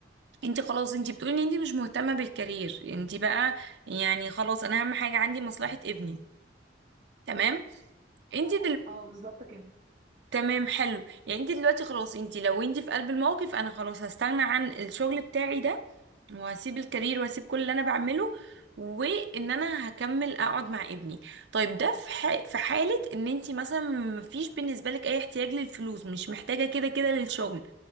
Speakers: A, on the right; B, on the right.
A: انتي خلاص انتي بتقولي ان انتي مش مهتمة بالكارير انتي بقى يعني خلاص انا اهم حاجة عندي مصلحة ابني تمام انتي
B: اه بالظبط كده
A: تمام حلو يعني انت دلوقتي خلاص انت لو انت في قلب الموقف انا خلاص هستغنى عن الشغل بتاعي ده وهسيب الكارير وهسيب كل اللي انا بعمله وان انا هكمل اقعد مع ابني طيب ده في ح... في حالة ان انت مثلا مفيش بالنسبة لك اي احتياج للفلوس مش محتاجة كده كده للشغل